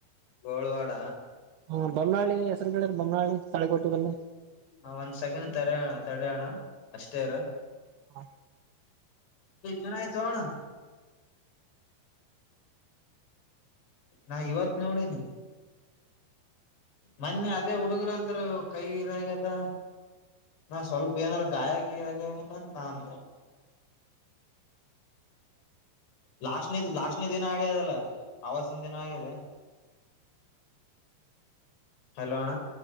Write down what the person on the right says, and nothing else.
ಹಾ ಬಮ್ಮನಳ್ಳಿ ಹೆಸರುಗಡೆ ಬೋಮ್ನಾಳ್ಳಿ ತಾಳೆ ಕೊಟೆದಲ್ಲಿ.
ಹಾ